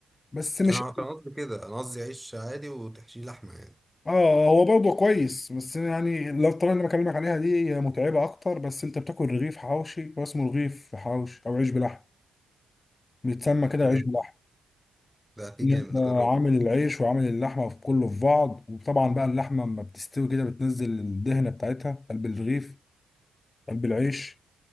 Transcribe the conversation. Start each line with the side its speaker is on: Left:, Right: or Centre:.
Left: بس مش
Centre: انا كان قصدي كده انا قصدي عيش عادي وتحشيه لحمة يعني
Left: اه هو برضه كويس بس يعني لو الطريقه اللي بكلمك عليها دي هي متعبه اكتر بس انت بتاكل رغيف حوشي هو اسمه رغيف حوشي او عيش بلحم بيتسمى كده
Centre: ده
Left: عيش
Centre: جامد
Left: بلحم
Centre: ده في
Left: ان
Centre: جامد
Left: انت
Centre: اجربه
Left: عامل العيش وعامل اللحمه في كله في بعض وطبعا بقى اللحمه لما بتستوي كده بتنزل الدهنه بتاعتها قلب الرغيف قلب العيش